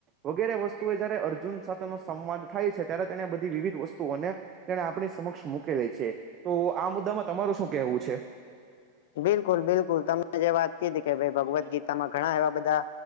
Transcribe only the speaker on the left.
બિલકુલ, બિલકુલ તમે જે વાત કીધી કે ભઈ ભગવદ્ ગીતામાં ઘણા એવા બધા